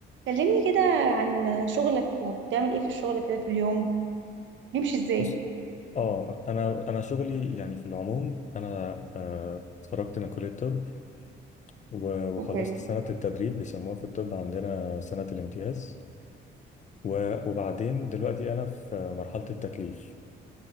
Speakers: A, on the right; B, on the left.
A: كلمني كده عن شغلك وبتعمل ايه في الشغل كده في اليوم بيمشي ازاي
B: بص اه انا انا شغلي يعني في العموم انا آه، اتخرجت من كليه الطب و- وخلصت
A: اوكي
B: سنه التدريب بيسموها في الطب عندنا سنه الامتياز و- وبعدين دلوقتي انا في مرحله التكليف